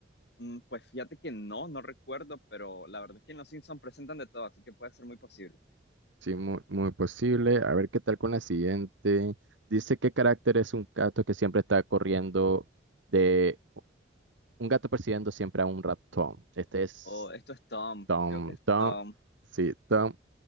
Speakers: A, on the left; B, on the right.
A: Mm, Pues fíjate que no, no recuerdo, pero la verdad es que en Los Simpsons presentan de todo, así que puede ser muy posible.
B: Sí, muy, muy posible. A ver qué tal con la siguiente. Dice qué carácter es un gato que siempre está corriendo de un gato persiguiendo siempre a un ratón. Este es.
A: O esto es Tom,
B: Tom,
A: creo que es
B: Tom,
A: Tom.
B: sí, Tom